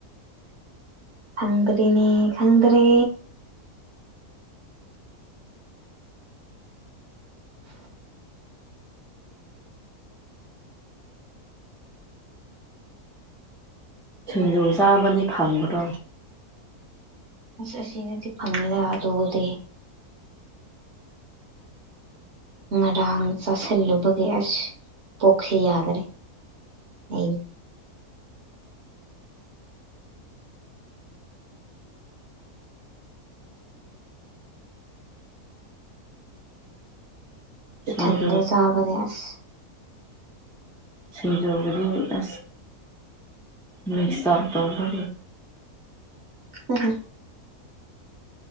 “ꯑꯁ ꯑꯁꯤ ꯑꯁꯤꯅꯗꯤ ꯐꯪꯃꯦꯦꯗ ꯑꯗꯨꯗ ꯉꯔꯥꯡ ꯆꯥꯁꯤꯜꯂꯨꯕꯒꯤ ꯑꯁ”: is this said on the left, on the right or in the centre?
Right